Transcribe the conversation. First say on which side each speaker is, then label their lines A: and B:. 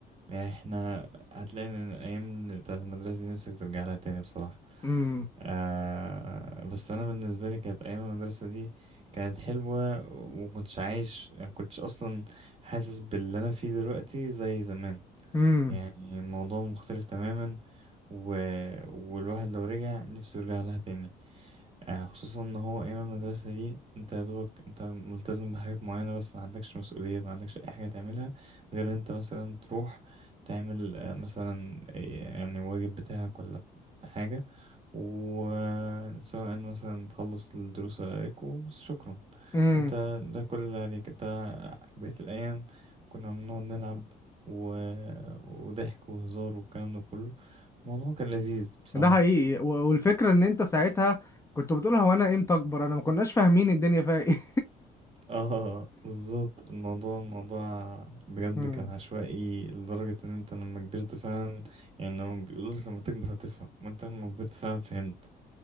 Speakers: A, on the right; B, on the left.
A: يعني احنا هتلاقي ان الايام بتاعت المدرسة دي نفسك ترجع لها تاني بصراحة
B: امم
A: آه بس انا بالنسبة لي كانت ايام المدرسة دي كانت حلوة ومكنتش عايش يعني مكنتش اصلا حاسس باللي انا فيه دلوقتي زي زمان
B: امم
A: يعني الموضوع مختلف تماما و... والواحد لو رجع نفسه يرجع لها تاني آه، خصوصا ان هو ايام المدرسه دي انت يا دوبك انت ملتزم بحاجات معينه بس ما عندكش مسؤوليه ما عندكش اي حاجه تعملها غير إن انت مثلا تروح تعمل آه، مثلا آه، يعني واجب بتاعك ولا حاجه وسواء مثلا تخلص الدروس اللي عليك وشكرا
B: امم
A: انت ده كل اللي عليك انت بقيت الايام كنا بنقعد نلعب و... آه، وضحك وهزار والكلام ده كله الموضوع كان لذيذ بصراحه
B: ده حقيقي و- والفكره ان انت ساعتها كنت بتقول هو انا امتى اكبر انا ما كناش فاهمين الدنيا فيها ايه
A: اه بالظبط الموضوع الموضوع بجد
B: <laughs> امم
A: كان عشوائي لدرجة ان انت لما كبرت فعلا يعني لما بيقولوا لك لما تكبر هتفهم وانت لما كبرت فعلا فهمت